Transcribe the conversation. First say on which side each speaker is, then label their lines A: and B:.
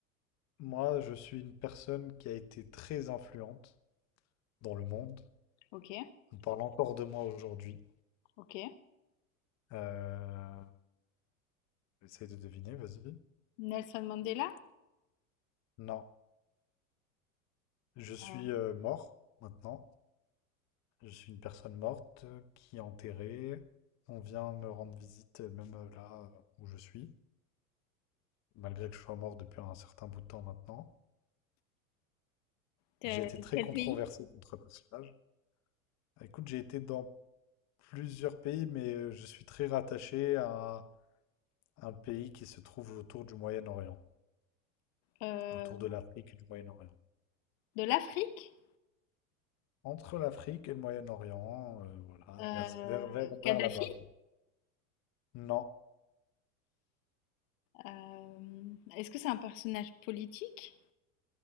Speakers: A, on the left (about 40°); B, on the left (about 60°).
A: moi, je suis une personne qui a été très influente dans le monde.
B: Ok,
A: On parle encore de moi aujourd'hui.
B: ok.
A: Euh, essaye de deviner, vas-y.
B: Nelson Mandela?
A: Non, je suis
B: Euh,
A: euh, mort maintenant. Je suis une personne morte euh, qui est enterrée. On vient me rendre visite, euh, même euh, là euh, où je suis, malgré que je sois mort depuis un certain bout de temps maintenant.
B: Quel,
A: J'ai été très
B: quel
A: controversé
B: pays?
A: contre le personnage. Écoute, j'ai été dans plusieurs pays, mais euh, je suis très rattaché à un pays qui se trouve autour du Moyen-Orient,
B: euh,
A: autour de l'Afrique et du Moyen-Orient.
B: de l'Afrique?
A: Entre l'Afrique et le Moyen-Orient, euh, voilà,
B: Euh,
A: vers, vers, vers, vers
B: Kadhafi?
A: là-bas, quoi. Non,
B: euh, est-ce que c'est un personnage politique?